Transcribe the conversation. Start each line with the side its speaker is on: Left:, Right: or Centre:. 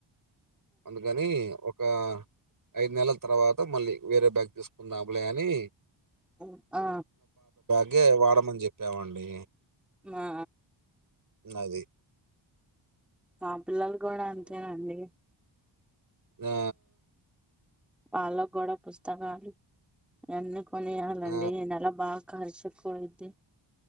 Right: అందుకని ఒక్ ఒక ఐదు నెలల తర్వాత మళ్ళీ వేరే బ్యాగ్ తీసుకుందాములే అని.
Centre: ఉ ఆ
Right: అగే వాడమని చెప్పామండి
Centre: ఆ
Right: నాది
Centre: నా పిల్లలు కూడా అంతేనండి
Right: ఆ
Centre: వాళ్ళకుగూడ పుస్తకాలు ఇవన్నీ కొనేయాలండి
Right: ఆ
Centre: ఈ నెల బాగా ఖర్చు కోడ్ది